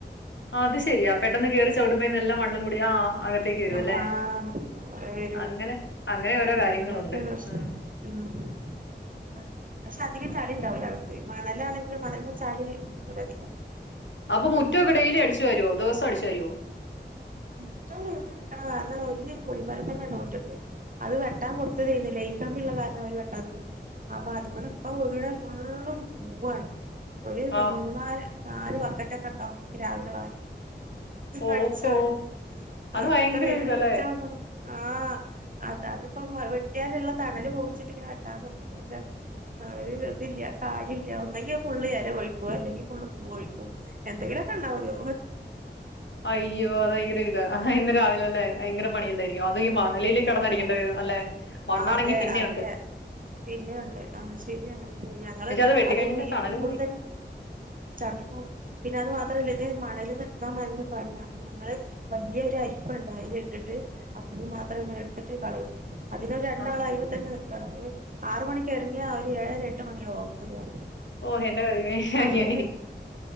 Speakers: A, on the left; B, on the right.
A: ആത് ശരിയാ പെട്ടെന്ന് കേറി ചവ്ട്ടുമ്പേ നെല്ല മണ്ണും കൂടി ആഹ് അക ത്തേക്ക് വരോല്ലേ
B: ആഹ് വരൂ
A: അങ്ങനെ അങ്ങനെ ഓരോ കാര്യങ്ങളുണ്ട്
B: അല്ലാത്ത
A: ഉം
B: ഉം ആഹ് പക്ഷെ അധികം ചളിണ്ടാകുല അകത്ത് മണലാണെങ്കിലും മണൽമെ ചളി നിക്കൂല അധികം
A: അപ്പൊ മുറ്റൊക്കെ ഡൈലി അടിച്ച് വാരോ ദിവസം അടിച്ച് വാരോ
B: മുറ്റന്നുല്യ ആഹ് ന്നവല്യരു പുളി മരം തന്നെണ്ട് മുറ്റത്ത് അത് വെട്ടാൻ കൊട്ത്തതേന്ന് ലൈൻ കമ്പിള്ള കാര്ണം അവര് വെട്ടാനി അപ്പൊ അതിപ്പന്ന് പ്പവീഴ ഫുള്ളും പുവ്വാണ് ഒരു ന്നമൂന്നാല്
A: ആഹ്.
B: നാല് ബക്കറ്റ ക്കണ്ടാവും രാവ് ലെ വാരാ
A: ഓഹോ!
B: അട്ച്ചോരാൻ
A: അത്
B: അത്രയേൺ
A: ഭയങ്കര ഒരിതല്ലേ?
B: ച്ചാമ്പോത്തി ആഹ് അതാണ്പ്പോ മഴവെട്ട്യാല്ള്ള തണല് പോവുച്ചിട്ടിങ്ങനെ വെട്ടാത നിർത്തിക്യ പക്ഷെ അതോണ്ട് പിന്നെ നിർതില്ല്യ കാര്യല്ല ഒന്നെങ്കി ഫുള്ള് എല ഒഴിപ്പോ അല്ലെങ്കി ഫുള്ളും പൂവൊഴിപ്പോ എന്തെങ്കിലൊക്കെ ണ്ടാവൊല്ലോ
A: അയ്യോ അത് ഭയങ്കര ഇതാ ഇന്ന് രാവിലെല്ലേ അയ്ങ്കര പണിയല്ലായി അയ്യോ അത്
B: ആഹ്
A: ഈ മണലില് കെടന്നടിക്കേണ്ട
B: ആഹ്
A: വരും അല്ലെ മണ്ണാണെങ്കി
B: അതെ
A: പിന്നെയുണ്ട്
B: അതെ പിന്നെയുണ്ട് ആഹ് ശരിയാണ് ഞങ്ങള്
A: പക്ഷെ വെട്ടിക്കഴിഞ്ഞിട്ട്
B: അത് പീകൂടുതലും
A: തണലും പോയി.
B: ചളി പിന്നെ അത് മാത്രല്ല ഇത് മണല്ന്ന്ട്ക്കാം നല്ല പണിയ അപ്പ ഞങ്ങള് വല്യയര് അരിപ്പണ്ട് ഐലിട്ട്ട്ട് ആഹ് പൂ മാത്രം ഇങ്ങനെട്ത്തിട്ട് കളയും അതിനൊരണ്ടാളയ്മതന്നെ
A: ആഹ്.
B: നി ങ്ങ്യേണോങ്ങേ ആറുമണിക്ക് എർങ്ങ്യാ ഒര് ഏഴ്ര എട്ട് മണിയാകും ഒത്തുകേ
A: ഓഹ് എന്റെ ദൈവമേ!
B: അതോണ്ടൻ
A: അയ്യോ എനി